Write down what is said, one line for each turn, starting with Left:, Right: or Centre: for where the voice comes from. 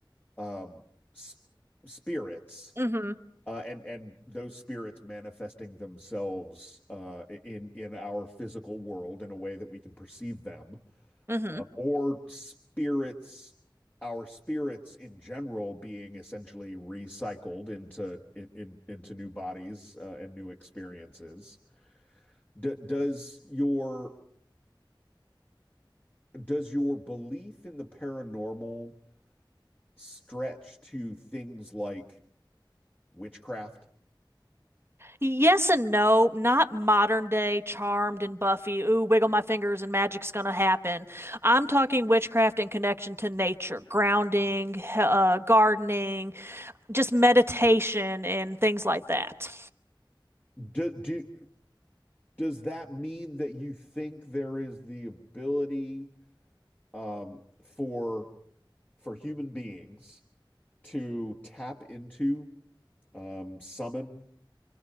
Left: um, s- spirits
Right: Mm-hmm.
Left: uh, and and those spirits manifesting themselves uh, in in our physical world in a way that we can perceive them,
Right: hmm
Left: uh, or spirits, our spirits in general being essentially recycled into in, in into new bodies uh, and new experiences. D does your does your belief in the paranormal stretch to things like witchcraft?
Right: Yes and no, not modern day Charmed and Buffy. Ooh, wiggle my fingers and magic's gonna happen. I'm talking witchcraft in connection to nature, grounding, he- uh, gardening, just meditation and things like that.
Left: Do, do, does that mean that you think there is the ability um, for for human beings to tap into um, summon